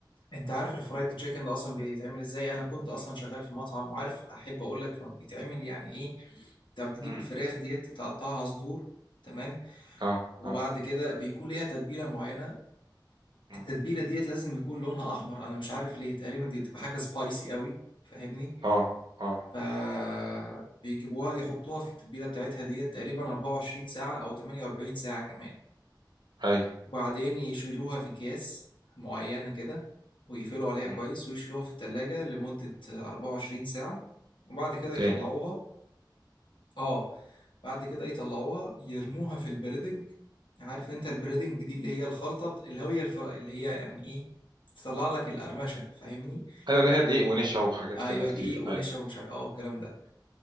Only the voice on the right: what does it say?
امم
اه
اه
مم.
اه اه
ايوه
مم.
تاني
ايوه اللي هي دقيق ونشا وحاجات
كده كتير
ايوه